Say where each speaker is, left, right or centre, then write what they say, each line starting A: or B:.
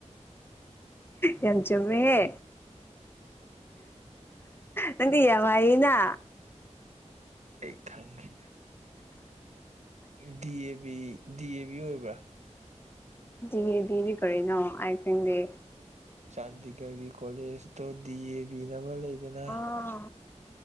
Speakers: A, on the left; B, on the right.
A: ꯌꯥꯝ ꯆꯨꯝꯃꯦꯍꯦ ꯅꯪꯗꯤ ꯌꯥꯝ ꯍꯩꯌꯦꯅ
B: ꯑꯩ ꯈꯪꯌꯦ ꯗꯤ ꯕꯤ ꯗꯤ ꯑꯦ ꯕꯤ ꯑꯣꯏꯕ꯭ꯔꯥ
A: ꯗꯤ ꯗꯤꯗꯤ ꯀꯔꯤꯅꯣ ꯑꯩ ꯈꯪꯗꯦ
B: ꯆꯥꯟꯗꯤꯒꯔꯒꯤ ꯀꯣꯂꯦꯖꯇꯣ ꯗꯤ ꯑꯦ ꯕꯤ ꯅ ꯑꯃ ꯂꯩꯗꯅ
A: ꯑꯥ